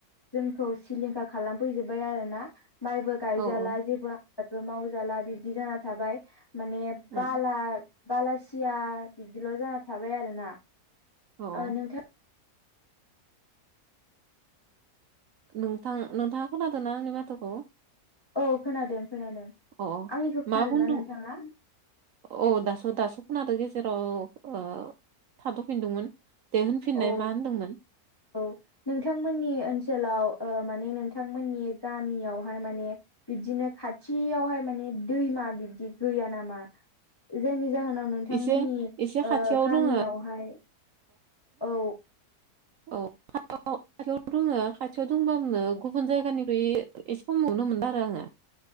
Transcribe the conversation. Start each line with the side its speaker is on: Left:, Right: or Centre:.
Left: जोंखौ सिलिंखार खालामफैजोबबाय आरो ना माइबो गायजाला
Right: औ
Left: जेबो आबादबो मावजाला बिब्दि जाना थाबाय माने
Right: औ
Left: बाला बालासिया बिदिल' जाना थाबाय आरोना।
Right: औ
Left: ओ नोंथां
Right: नोंथां नोंथाङा खोनादों ना आंनि माथोखौ
Left: औ खोनादों खोनादों
Right: अ
Left: आंनिखौ खोनादोंना
Right: मा बुंदों
Left: नोंथाङा
Right: औ दासो दासो खनाादो गेजेराव थाथ'फिनदोंमोन। दे होनफिननाय
Left: औ
Right: मा होनदोंमोन
Left: औ नोंथांमोननि ओनसोलाव माने नोंथांमोननि गामियावहाय माने बिबदिनो खाथियावहाय माने दैमा बिबदि गैया नामा जायनि जाहोनाव नोंथांमोननि
Right: एसे एसे खाथियाव
Left: गामियावहाय
Right: दोङो
Left: औ
Right: औ खा खाथियाव दोङो खाथियाव दंबाबो गुबुन जायगानिफ्राय एसे खम नुनो मोनदों आरो आङो